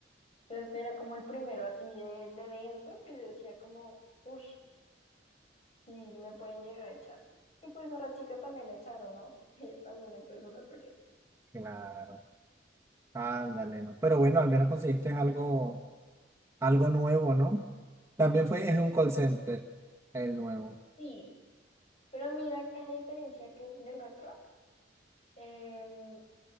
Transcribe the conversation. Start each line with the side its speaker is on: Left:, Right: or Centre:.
Left: Entonces, que era como el primero así de, de denso, que yo decía como, uff, sí, me pueden llegar a echar. Y pues a la chica también la echaron, ¿no? <laughs> Ella también empezó la pelea.
Right: Claro. Ándale, no. Pero bueno, al menos conseguiste algo. Algo nuevo, ¿no? También fue, es un call center, el nuevo.
Left: Sí, pero mira que a diferencia que del otro, eh,